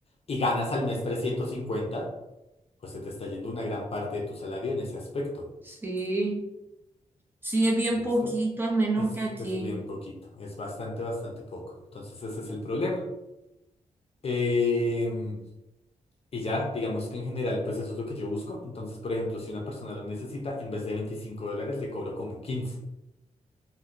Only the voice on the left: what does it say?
y ganas al mes 350 pues se te está yendo una gran parte de tu salario en ese aspecto.
¿Listo?
Es,
es bien poquito, es bastante, bastante poco. Entonces, ese es el problema. Em, y ya, digamos que en general, pues eso es lo que yo busco. Entonces, por ejemplo, si una persona lo necesita, en vez de 25 dólares, le cobro como quince